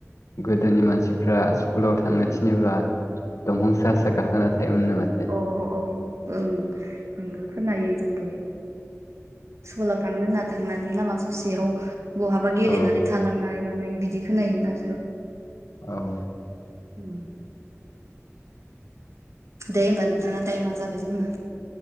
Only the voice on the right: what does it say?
औ
अ औ ओं नोंगो खोनायो जोंबो स्कुलाव थांनो होनना थांनानै लामा ससेयाव बहाबा गेलेनानै
थालांनाय मानाय बिदि खोनायोमोन आरो।
<inaudible> दे होनबा नोंथां टाइमआ जाबाय जोंना।